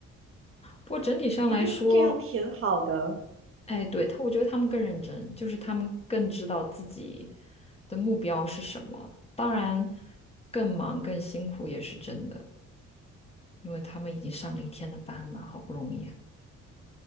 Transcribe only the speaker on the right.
其实这样挺好的。